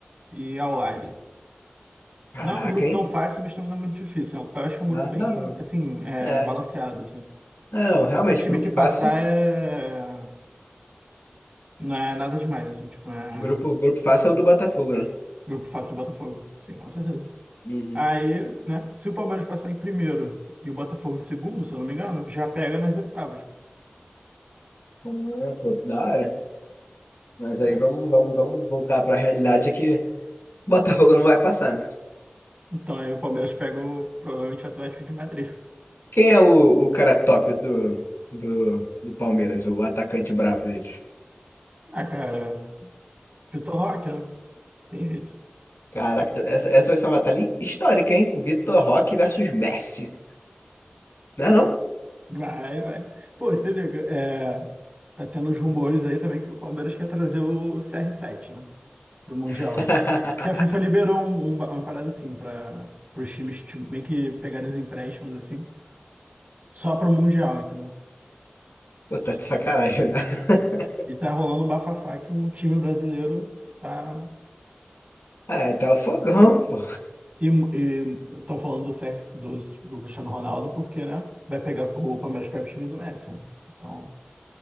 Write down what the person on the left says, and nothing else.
caraca,
hein?
Ah,
não.
É.
É, não, realmente,
grupo
fácil.
Grupo, grupo fácil é o do Botafogo, né?
Uhum.
Ah, pô, da hora. Mas
aí vamos, vamos, vamos voltar pra realidade que <laughs> o Botafogo não vai passar, né?
Quem é o, o cara tops do, do, do Palmeiras, o atacante bravo deles?
Caraca, essa, essa vai ser uma batalha histórica, hein? Vitor Roque versus Messi. Não é não?
<laughs>
Pô, tá de sacanagem, né? <laughs>
Ah, tá o fogão, pô.